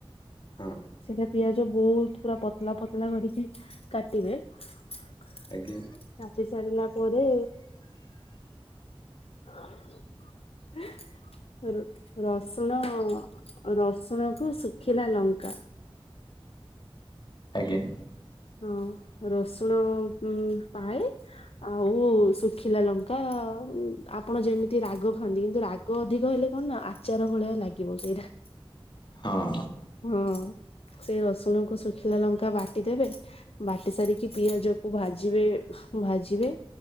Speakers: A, on the left; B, on the left.
A: ହଁ
B: ସେଇଟା ପିଆଜ ବହୁତ ପୁରା ପତଲା ପତଲା କରିକି କାଟିବେ ରାତି
A: ଆଜ୍ଞା।
B: ସାରିଲା ପରେ <inaudible> ର ରସୁଣ ରସୁଣ କୁ ଶୁଖିଲା ଲଙ୍କା
A: ଗେନ୍
B: ହଁ ରସୁଣ ଉ ପାଏ ଆଉ ଶୁଖିଲା ଲଙ୍କା ଆପଣ ଯେମିତି ରାଗ ଖାନ୍ତି କିନ୍ତୁ ରାଗ ଅଧିକ ହେଲେ କଣ ନା ଆଚାର ଭଳିଆ ଲାଗିବ ସେଇଟା।
A: ହଁ।
B: ହଁ ସେଇ ରସୁଣକୁ ଶୁଖିଲା ଲଙ୍କା ବାଟି ଦେବେ ବାଟି ସାରିକି ପିଆଜ କୁ ଭାଜିବେ ଭାଜିବେ